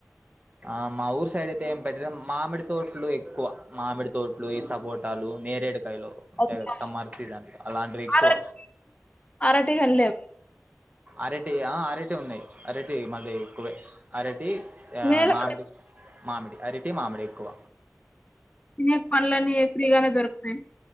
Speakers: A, on the right; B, on the left.
A: ఆ మా ఊరు సైడ్ అయితే ఏం పెట్టడం మామిడి తోట్లు ఎక్కువ మామిడి తోట్లు ఈ సపోర్ట్ టాలు నేరేడుకాయలు ఉంటాయి
B: అబ్బా
A: కద్ సమ్మర్ సీజన్లు అలాంటివ్ ఎక్కువ
B: అరటి అరటి కాని లేవు
A: అరటి ఆ అరటి ఉన్నయ్ అరటి మళ్ళీ ఎక్కువే అరటి యా
B: మేలు
A: మామిడి
B: కదా.
A: మామిడి అరిటి మామిడి ఎక్కువ
B: తినే పనులని ఏ ఫ్రీగానే దొరుకుతయి